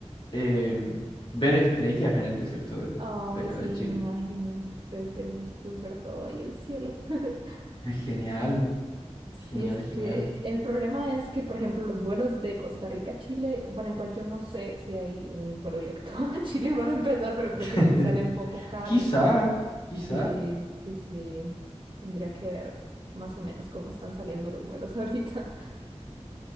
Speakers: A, on the left; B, on the right.
A: em, ver estrellas en el desierto de,
B: Ay,
A: de acá
B: sí,
A: de Chile.
B: me imagino. que Debe ser muy cool ver todo ahí el cielo. <laughs>
A: Es genial,
B: Sí,
A: es genial,
B: es que
A: es genial.
B: el problema es que, por ejemplo, los vuelos de Costa Rica a Chile, bueno, igual yo no sé si hay un vuelo directo <laughs> a Chile para empezar, pero creo
A: <laughs>
B: que sí sale un poco caro.
A: Quizás,
B: Por...
A: quizás.
B: Sí, sí, sí. Tendría que ver más o menos cómo están saliendo los vuelos ahorita.